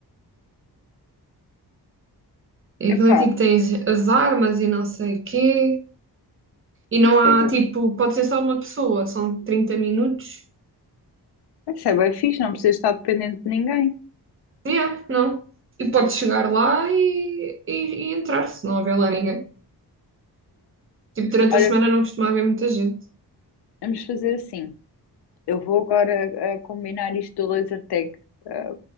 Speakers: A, on the right (about 35°); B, on the left (about 75°).
A: E aquilo
B: Epá,
A: é tipo, tens as armas e não sei o quê. E não
B: isso
A: há,
B: é bom.
A: tipo, pode ser só uma pessoa, são 30 minutos.
B: Isso é bem fixe, não precisa estar dependente de ninguém.
A: Yeah, não. E podes chegar lá e, e, e entrar, se não houver lá ninguém. Tipo, durante
B: Olha,
A: a semana não costuma haver muita gente.
B: vamos fazer assim. Eu vou agora eh, combinar isto do laser tag eh,